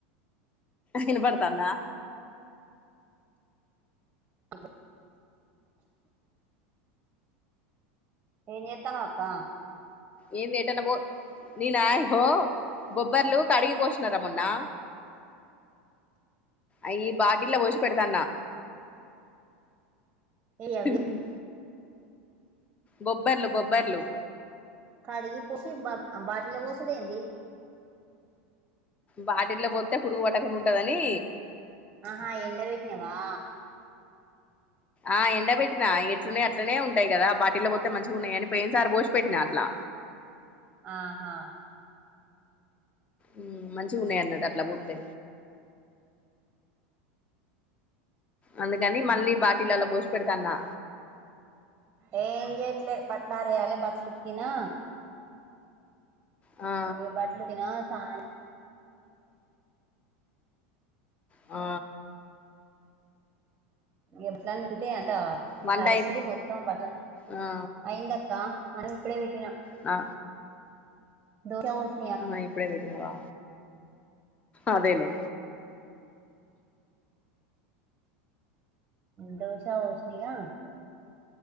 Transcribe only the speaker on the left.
వినపడ్తాందా
ఏం లే ఏటన్న పో నేనా ఐహో బొబ్బర్లు కడిగి పోస్నారా మొన్నా ఐయి బాటిల్లా వోసి పెడ్తాన్నా
ఉ బొబ్బర్లు బొబ్బర్లు
బాటిల్లా వోతే పురుగు వట్టకుండా ఉంటదనీ
ఆ ఎండ బెట్టినా ఎట్లునయట్నే అట్లనే ఉంటాయి గాదా బాటిల్ల ఒతే మంచిగున్నాయని పెయిన్సారి బోషి పెట్టినా అట్లా
ఉమ్ మంచిగా ఉన్నాయి అన్నట్టు అట్లా పూత్తె అందుకని మళ్ళీ బాటిలల్ల పోసి పెడ్తాన్నా
ఆ
ఆ
వంట
అయి
ఆ
ఆ
ఆ ఇప్పుడే వేట్టినవా అదేలే